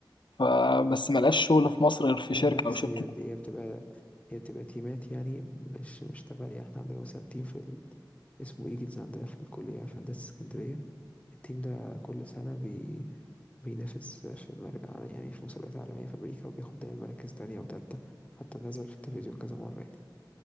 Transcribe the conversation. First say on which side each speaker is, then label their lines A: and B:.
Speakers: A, on the left; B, on the left.
A: فبس ملقاش شغل في مصر غير في شركة
B: لا بالعكس
A: أو شركة
B: هي هي بتبقى هي بتبقى تيمات يعني مش مش تبع يعني احنا عندنا مثلا تيم في ال... اسمه ايجلز عندنا في الكلية في هندسة اسكندرية التيم ده كل سنة بي... بينافس في مر... يعني في مسابقات عالمية في أمريكا وبياخد دايما مراكز تانية وتالتة حتى نزل في التلفزيون كذا مرة يعني.